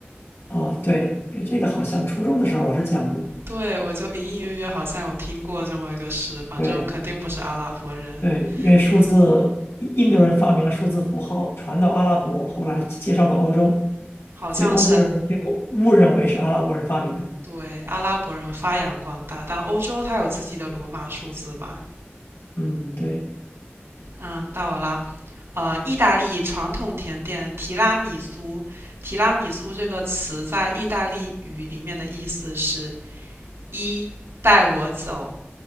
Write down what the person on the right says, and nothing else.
对，我就隐隐约约好像有听过这么一个事，反正肯定不是阿拉伯人
了，
好像是
对阿拉伯人发扬光大，但欧洲它有自己的罗马数字吧？
嗯，到我了。呃，意大利传统甜点提拉米苏，提拉米苏这个词在意大利语里面的意思是“一带我走”。